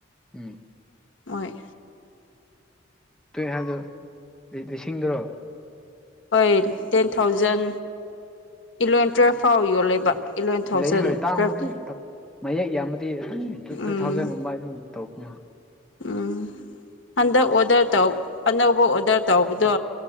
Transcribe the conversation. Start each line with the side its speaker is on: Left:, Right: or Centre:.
Centre: ꯎꯝ
Left: ꯃꯣꯏ
Centre: ꯇꯣꯏ ꯍꯥꯏꯗ ꯂꯤꯁꯤꯡꯗꯔꯣ
Left: ꯍꯣꯏ ꯇꯦꯟ ꯊꯥꯎꯖꯟ ꯏꯂꯚꯦꯟ ꯇꯨꯋꯦꯜꯐ ꯐꯥꯎ ꯌꯣꯜꯂꯦꯕ ꯏꯂꯚꯦꯟ ꯊꯥꯎꯖꯟ
Centre: ꯂꯩ ꯍꯣꯏ ꯇꯥꯃ
Left: ꯇꯨꯋꯦꯜꯐ
Centre: ꯃꯌꯦꯛ ꯌꯥꯝꯕꯗꯤ ꯑꯗꯨ
Left: ꯎꯝ
Centre: ꯇꯨ ꯊꯥꯎꯖꯟꯒꯨꯝꯕ ꯑꯗꯨꯝ ꯇꯧꯕꯅꯤ
Left: ꯎꯝ ꯍꯟꯗꯛ ꯑꯣꯗꯔ ꯇꯧ ꯑꯅꯧꯕ ꯑꯣꯗꯔ ꯇꯧꯕꯗꯣ